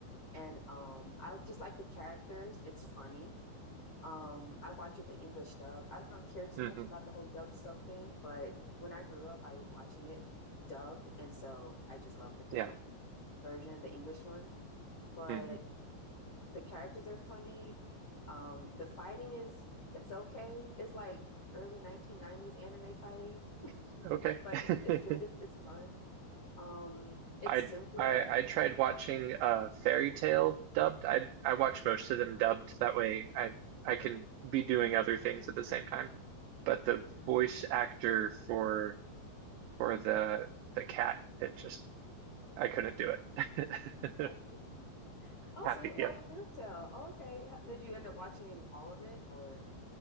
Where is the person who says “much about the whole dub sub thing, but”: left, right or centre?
Left